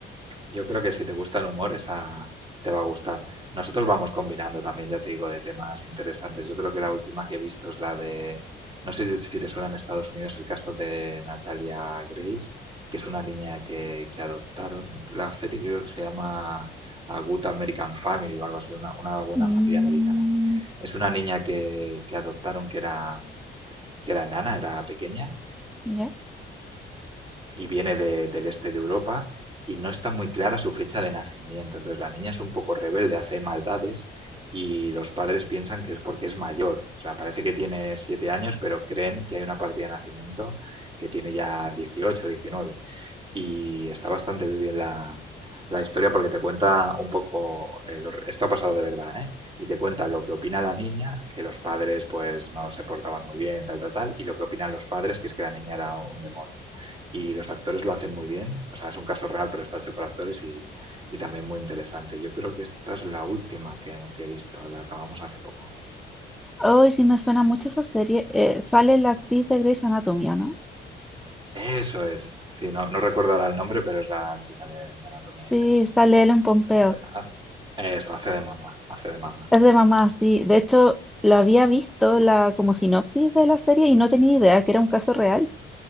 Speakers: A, on the right; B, in the centre.
A: Yo creo que si te gusta el humor, esa te va a gustar. Nosotros vamos combinando también, ya te digo, de temas interesantes. Yo creo que la última que he visto es la de, no sé si si te suena en Estados Unidos el caso de Natalia Grace, que es una niña que, que adoptaron. La serie creo que se llama A Good American Family o algo así, una, una buena
B: Mm,
A: familia americana. Es una niña que, que adoptaron que era, que era enana, era pequeña
B: ya.
A: y viene de- del este de Europa y no está muy clara su fecha de nacimiento. Entonces la niña es un poco rebelde, hace maldades y los padres piensan que es porque es mayor. O sea, parece que tiene siete años, pero creen que hay una partida de nacimiento que tiene ya 18 19 y está bastante bien la, la historia porque te cuenta un poco, eh, lo- esto ha pasado de verdad, ¿eh? Y te cuenta lo que opina la niña, que los padres pues no se portaban muy bien, tal, tal, tal, y lo que opinan los padres, que es que la niña era un demonio. Y los actores lo hacen muy bien, o sea, es un caso real, pero está hecho por actores y, y también muy interesante. Yo creo que esta es la última que, que he visto, la acabamos hace poco.
B: Oh, sí me suena mucho esa serie. Eh, sale la actriz de Grey's Anatomy, ¿o ¿no?
A: Eso es, sí, no, no recuerdo ahora el nombre, pero es la chica de, de Anatomía de
B: Sí,
A: Grey, sí.
B: sale Ellen Pompeo.
A: Hace- ha- Eso, hace de mamá, hace de mamá.
B: Es de mamá, sí. De hecho, lo había visto la como sinopsis de la serie y no tenía idea que era un caso real.